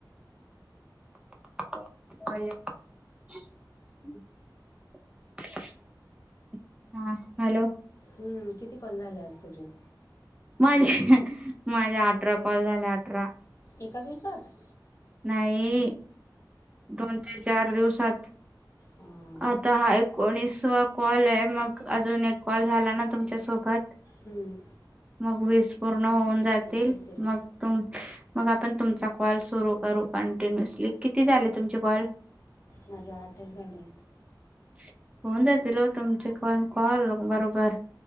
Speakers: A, on the right; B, on the left.
A: <unintelligible> <unintelligible> हा, हॅलो!
B: हम्म, किती कॉल झाले आज तुझे?
A: माझे <unintelligible> माझे अठरा कॉल झाले अठरा.
B: एका दिवसात.
A: नाही, दोन ते चार दिवसात.
B: हा.
A: आता हा एकोणीसवा कॉल आहे मग, अजून एक कॉल झाला ना तुमच्यासोबत
B: हम्म,
A: मग वीस पूर्ण होऊन जातील,
B: होतील
A: मग तुम-मग आपण तुमचा कॉल सुरू करू, कंटिन्युअसली किती झाले तुमचे कॉल?
B: माझे आठचं झाले.
A: <unintelligible> होवून जातील, ओ तुमचे पण कॉल बरोबर